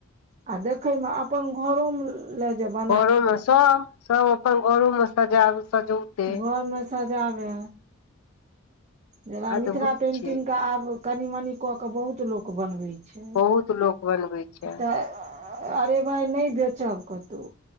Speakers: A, on the right (about 30°); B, on the left (about 80°).
A: आ देखैमे अपन घरोमे लए जबा
B: घरो मे सब सब अपन घरो मे सजाब सजौते
A: घरमे सजाबै जेना मिथिला
B: अद्भुत
A: पेंटिंग
B: छै
A: के आब कनी मनी कऽ के बहुत लो बनवे छै
B: बहुत लोक बनबै छै
A: तऽ अरे भाय नय बेचब कतौ